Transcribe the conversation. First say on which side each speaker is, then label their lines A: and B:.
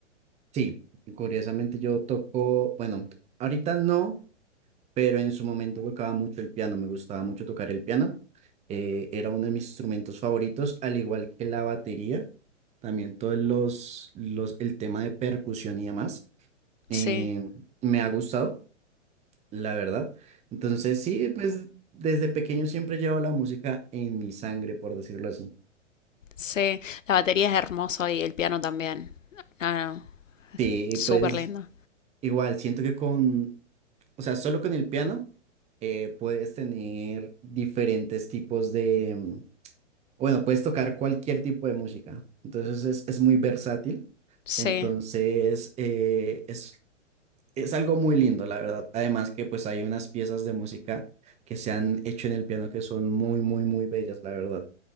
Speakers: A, on the right; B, on the left.
A: Sí, curiosamente yo toco, bueno, ahorita no, pero en su momento tocaba mucho el piano, me gustaba mucho tocar el piano. eh, era uno de mis instrumentos favoritos, al igual que la batería, también todos los, los, el tema de percusión y demás. eh,
B: Sí.
A: me ha gustado, la verdad. Entonces, sí, pues desde pequeño siempre llevo la música en mi sangre, por decirlo así.
B: Sí, la batería es hermosa y el piano también. No, no,
A: Sí,
B: súper
A: pues
B: lindo.
A: Igual, siento que con, o sea, solo con el piano eh, puedes tener diferentes tipos de, mm, bueno, puedes tocar cualquier tipo de música. Entonces es, es muy versátil.
B: Sí,
A: Entonces eh, es, es algo muy lindo, la verdad. Además que pues hay unas piezas de música que se han hecho en el piano que son muy, muy, muy bellas, la verdad.